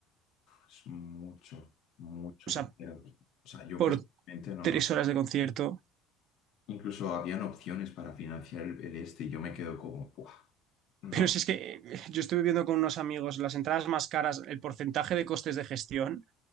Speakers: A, on the left; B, on the right.
A: Es mucho, mucho
B: O sea,
A: dinero. O sea, yo
B: por
A: personalmente no,
B: tres
A: no.
B: horas de concierto.
A: Incluso habían opciones para financiar el, el este y yo me quedo como, ¡buah! No,
B: Pero si es que eh, yo estuve viendo con unos amigos las entradas más caras, el porcentaje de costes de gestión